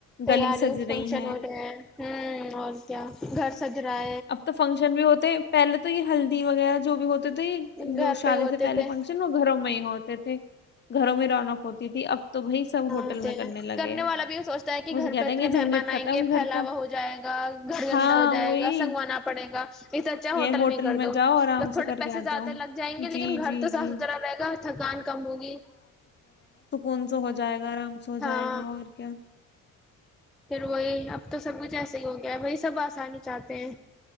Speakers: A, in the centre; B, on the left (about 25°).
A: تیاری
B: گلی سج
A: فنکشن
B: رہی
A: ہو رہے ہیں ہ اور کیا گھر سج رہا ہے
B: اب تو فنکشن بھی ہوتے پہلے تو یہ ہلدی وغیرہ جو بھی ہو تھے
A: گھر
B: جو شادی
A: پہ ہی ہوتے
B: سے پہے
A: تھے
B: فنکشن وہ گھروں میں ہی ہوتے تھے گھروں میں رونق ہوتی تھی اب تو بھائی سب
A: ہاں
B: ہوٹل میں لگے
A: کرنے
B: ہیں
A: والا بھی یہ سوچتا ہے کہ
B: وہ تو
A: گھر
B: کہتے
A: پہ
B: ہیں
A: اتنے
B: کہ
A: مہمان
B: جھنجٹ
A: آئیں
B: ختم
A: گے
B: گھر
A: پھیلاوا
B: کا
A: ہو جائے گا گھر گندا
B: ہاں
A: ہو جائے
B: وہی
A: گا سنگ آنا پڑے گا اسھ اچا
B: یہ
A: ہوٹل میں ہی کر دو
B: جاؤ آرام
A: بس
B: سے
A: تھوڑے
B: کر
A: پیسے
B: کے آ
A: زیادہ
B: جاؤ
A: لگ جائیں گے
B: جی
A: لیکن گھر
B: جی
A: تو صاف
B: جی
A: ستھرا رہے گا تھکان کم ہوگی
B: کون سا ہو جائے گاا سو
A: ہاں
B: جائے گا اور کیا
A: پھر وہی اب تو سب کچھ ایسے ہی ہو گیا ہے بھائی سب آسانی چاہتے ہیں